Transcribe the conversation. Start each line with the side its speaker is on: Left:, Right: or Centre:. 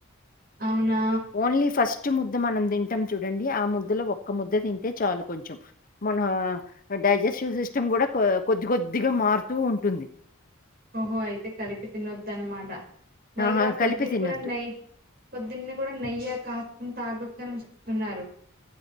Right: అవునా
Left: ఓన్లీ ఫస్ట్ ఫస్ట్ ముద్ద మనం తింటాం చూడండి ఆ ముద్దలో ఒక్క ముద్ద తింటే చాలు కొంచెం మన డైజెస్టివ్ సిస్టమ్ కూడా కొద్ది కొద్దిగా మారుతూ ఉంటుంది.
Right: ఓహో అయితే కలిపి తిన్నోదన్మాట. పైగా
Left: ఆహా!
Right: పొద్దుని
Left: కలిపి తినొద్దు.
Right: కూడా నెయ్ పొద్దున్న కూడా నెయ్యి కాస్ తాగొచ్చని చెప్తున్నారు.